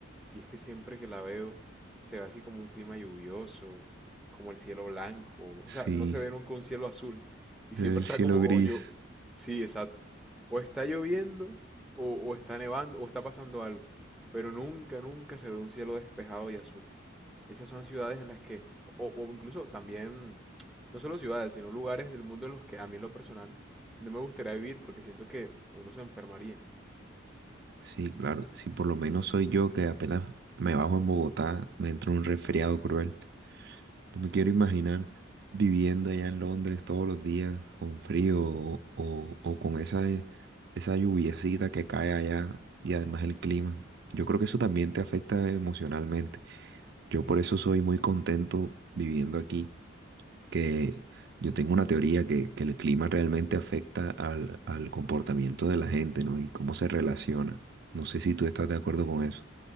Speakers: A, in the centre; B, on the right (about 55°).
A: Y es que siempre que la veo se ve así como un clima lluvioso, como el cielo blanco. O
B: sí,
A: sea, no se ve nunca un cielo azul. Y
B: se
A: siempre
B: ve el
A: está
B: cielo
A: como,
B: gris.
A: o yo, sí, exacto. O está lloviendo, o, o está nevando, o está pasando algo. Pero nunca, nunca se ve un cielo despejado y azul. Esas son ciudades en las que, o, o incluso también, no solo ciudades, sino lugares del mundo en los que a mí en lo personal no me gustaría vivir porque siento que uno se enfermaría.
B: Sí, claro, si por lo menos soy yo que apenas me bajo en Bogotá, me entra un resfriado cruel. No me quiero imaginar viviendo allá en Londres todos los días con frío o, o- o con esa, esa lluviecita que cae allá y además el clima. Yo creo que eso también te afecta emocionalmente. Yo por eso soy muy contento viviendo aquí, que yo tengo una teoría que, que el clima realmente afecta al, al comportamiento de la gente, ¿no? Y cómo se relaciona. No sé si tú estás de acuerdo con eso.